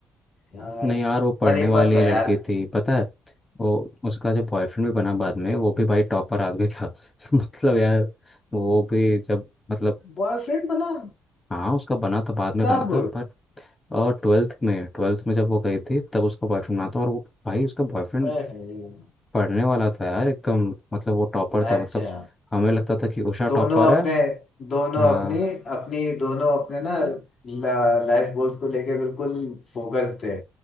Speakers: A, on the left (about 50°); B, on the left (about 20°).
A: यार
B: नहीं यार वो पढ़ने
A: पर एक
B: वाली
A: बात तो है
B: लड़की
A: यार
B: थी पता है वो उसका जो बॉयफ्रेंड भी बना बाद में वो भी भाई टॉपर आदमी था <laughs> मतलब यार वो भी जब मतलब
A: बॉयफ्रेंड बना
B: हाँ उसका बना था बाद में
A: कब
B: बना था पर और ट्वेल्थ में ट्वेल्थ में जब वो गई थी तब उसका बॉयफ्रेंड बना था और वो भाई उसका बॉयफ्रेंड
A: ओए होए,
B: पढ़ने वाला था यार एकदम मतलब वो टॉपर
A: अच्छा
B: था मतलब हमें लगता था कि उषा
A: दोनों
B: टॉपर है
A: अपने दोनों
B: हाँ
A: अपनी अपनी दोनों अपने ना लाइफ गोल्स को लेके बिल्कुल फोकस थे